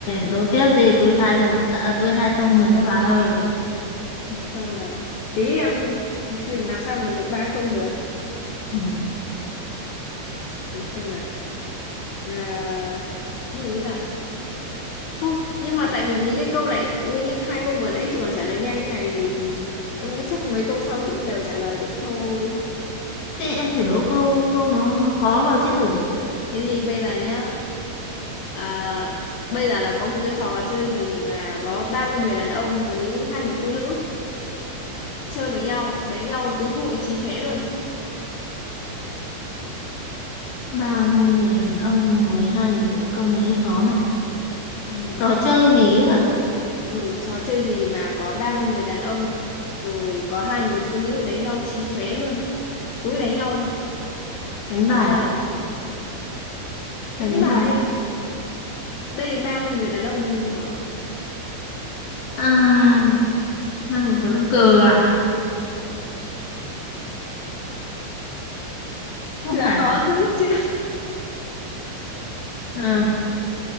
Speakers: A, on the left (about 65°); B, on the left (about 80°).
A: đố tiếp gì tôi hai một à, à, tôi hai không rồi đấy bà ơi.
B: Hay không rồi. Tí em làm sao mà được ba không được.
A: Ừ.
B: em xem nào à, lưu ý là không nhưng mà tại vì những cái câu này ui như hai câu vừa nãy chị còn trả lời nhanh cái này thì em nghĩ chắc mấy câu sau chị cũng đều trả lời được thôi
A: Thế em phải đố câu câu nó nó khó vào chứ.
B: thế thì bây giờ nhá à, bây giờ là có một cái trò chơi gì mà có 30 người đàn ông với hai người phụ nữ chơi với nhau đánh nhau túi bụi chí chóe luôn
A: ba mươi người đàn ông với hai người phụ nữ câu này hơi khó này.
B: Ừ.
A: Trò chơi gì ấy hả?
B: ừ trò chơi gì mà có 30 người đàn ông rồi có hai người phụ nữ đánh nhau chí chóe luôn cứ đánh nhau thôi
A: Đánh bài
B: ba
A: à?
B: bà đánh
A: Phải đánh
B: bài
A: bài.
B: đây 30 người đàn ông cơ mà
A: À, hai người
B: Ừ.
A: phụ nữ cờ à? Không
B: là
A: phải à?
B: khó dữ chứ
A: Ờ,